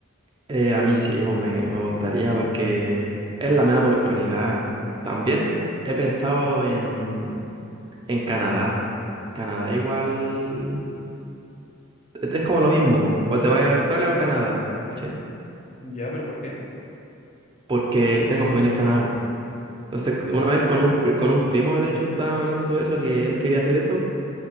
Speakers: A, on the right; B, on the left.
A: Eh, a mí sí, pues me, me gustaría porque es la mejor oportunidad. También he pensado en, en Canadá. Canadá igual es es como lo mismo, o te vas a Australia o a Canadá, ¿cachai?
B: ¿Ya? ¿Pero por qué?
A: Porque tengo familia en Canadá, po. Entonces, una
B: Ah,
A: vez con un, pri- con un primo, de hecho, estábamos hablando de eso, que él quería hacer eso,